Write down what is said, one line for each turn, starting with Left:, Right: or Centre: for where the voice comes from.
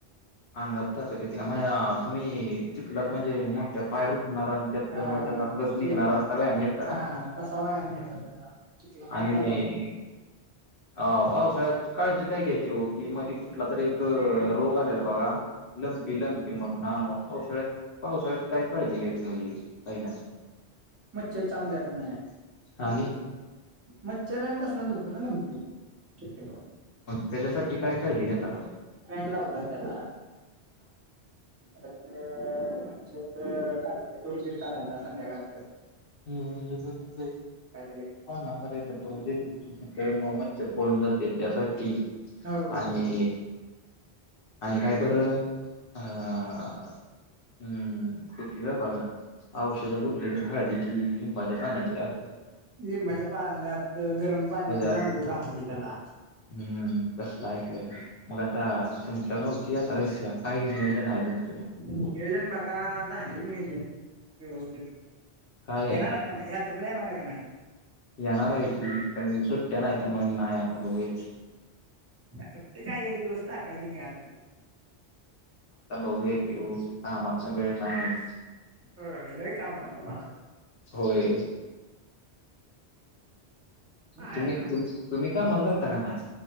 Left: अंगात ताकत येते का म या तुम्ही चिखलात म्हणजे मोठ्या पाय रुतणाऱ्या त्यात्यामुळे
Right: हा
Left: त्याचा कसं निघणार
Right: ते
Left: असता होय आम्ही येता
Right: हा
Left: काय
Right: तसा व्यायाम घ्यायला त्याचा चिखलामध्ये
Left: आणि
Right: चालवायला
Left: अ पावसाळ्यात काळजी काय घ्यायची हो ती मधी कुठलातरी एक रोग आलेला बघा लंपी लंपी म्हणून हा मग पावसाळ्यात पावसाळ्यात काय काळजी घ्यायची म्हणजे पहिला?
Right: मच्छर चावून द्यायचं नाही.
Left: आणि
Right: मच्छरांपासनच होतो ना लंपी शक्यतो.
Left: त्याज्यासाठी काय काळजी घेता तुम?
Right: फॅन लावलाय त्याला <unintelligible> काय ते काय दुर बिर करायता संध्याकाळचे.
Left: <unintelligible> काय
Right: लगेच
Left: म्हणता कायतर धूर <unintelligible> म मच्छर पळून जाते त्यासाठी.
Right: हो हो
Left: आणि
Right: हो
Left: आणि कायबरं हा. हम्म कुठली का बघा औषध कुठली तर हळदी ची लिंबाच्या पाण्याची असं
Right: लिंबाच्या पाल्यात गरम पाण्यातनं
Left: त्याच्या
Right: आंघोळ घाला की त्याला.
Left: हम्म तसला ऐकलेलं. मग आता तुमच्या गावची यात्रा येत्या काय नियोजन आहे तुमचं म?
Right: नियोजन बघा झालं नियोजन व्यवस्थित.
Left: काय
Right: येणार
Left: आहे
Right: का नाही यात्रेला येणार आहे का नाही
Left: येणार हाय की? पण सुट्टया नाही तर म्हणून नाही आता बघूया.
Right: सुट्टी काय एक दिवस टाकायचीन यात.
Left: आत्ता बघूया की उज कामातनं वेळ नाय मिळत.
Right: होय लय काम हाय तुम्हाला.
Left: होय.
Right: पाहायला
Left: तुम्ही तुम्ही कामाला जाता की नाय